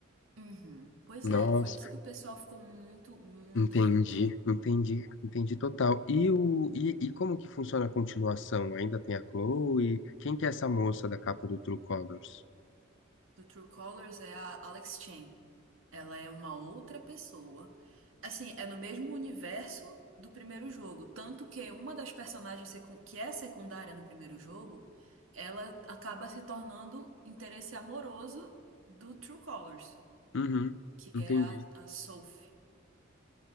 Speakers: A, on the right (about 85°); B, on the left (about 65°).
A: Uhum. Pois
B: Nossa,
A: é, foi isso que o pessoal ficou muito, muito
B: entendi,
A: revoltado.
B: entendi, entendi total. E, o, e, e como que funciona a continuação? Ainda tem a Chloe? Quem que é essa moça da capa do True Colors?
A: Do True Colors é a Alex Chen. Ela é uma outra pessoa. Assim, é no mesmo universo do primeiro jogo. Tanto que uma das personagens secu- que é secundária no primeiro jogo, ela acaba se tornando interesse amoroso do True Colors,
B: Uhum,
A: que
B: entendi,
A: é a, a Sophie.